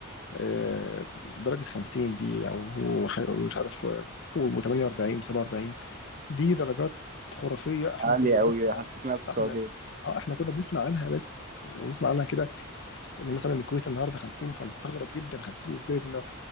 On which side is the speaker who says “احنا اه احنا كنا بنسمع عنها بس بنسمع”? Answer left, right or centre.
Left